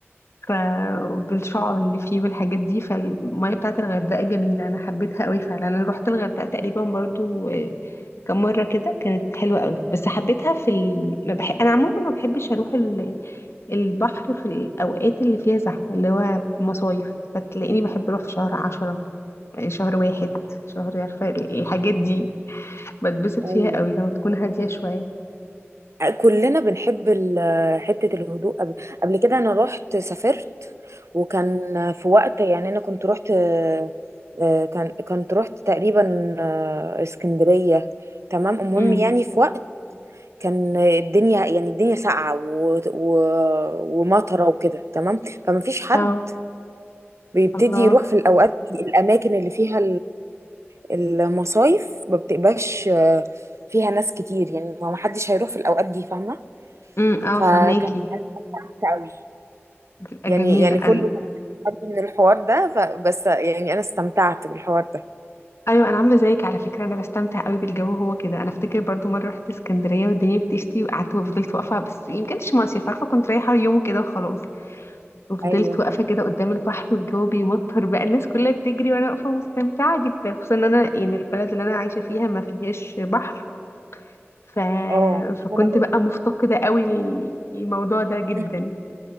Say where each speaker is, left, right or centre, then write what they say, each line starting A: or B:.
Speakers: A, on the left; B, on the right.
A: ف بالشعر اللي فيه والحاجات دي فالمية بتاعت الغردقة جميلة أنا حبيتها قوي فعلا أنا روحت الغردقة تقريبا برضو آه، كم مرة كده كانت حلوة قوي بس حبيتها في ال... ما بح... أنا عموما ما بحبش أروح ال... البحر في الأوقات اللي فيها زحمة اللي هو مصايف فتلاقيني بحب أروح في شهر عشرة آه، شهر واحد شهر عارفة الحاجات دي بتبسط
B: ايوه
A: فيها قوي لما بتكون هادية شوية
B: كلنا بنحب ال- حته الهدوء قبل قبل كده انا رحت سافرت وكان في وقت يعني انا كنت رحت آه، كان كنت رحت تقريبا آه، اسكندريه تمام المهم
A: امم
B: يعني في وقت كان الدنيا يعني الدنيا ساقعه و... و... ومطره وكده تمام فما فيش حد
A: اه
B: بيبتدي
A: الله
B: يروح في الاوقات الاماكن اللي فيها المصايف ما بتبقاش آه، فيها ناس كتير يعني ما ما حدش هيروح في الأوقات دي فاهمة
A: امم اه
B: فكان
A: فهماكي
B: أنا استمتعت قوي
A: بتبقى
B: يعني
A: جميلة
B: يعني
A: أنا
B: كله كان بيستخبي من الحوار ده فبس يعني أنا استمتعت بالحوار ده
A: ايوه انا عامله زيك على فكره انا بستمتع قوي بالجو هو كده انا افتكر برضو مره رحت اسكندريه والدنيا بتشتي وقعدت وفضلت واقفه بس يمكنش كانش مصيف عارفه كنت رايحه يوم كده وخلاص وفضلت
B: أيوه
A: واقفه كده قدام البحر والجو بيمطر بقى الناس كلها بتجري وانا واقفه مستمتعه جدا خصوصا ان انا يعني البلد اللي انا عايشه فيها ما فيهاش بحر ف...
B: اه
A: فكنت
B: وأنا برضه.
A: بقى مفتقده قوي الموضوع ده جدا
B: <laughs>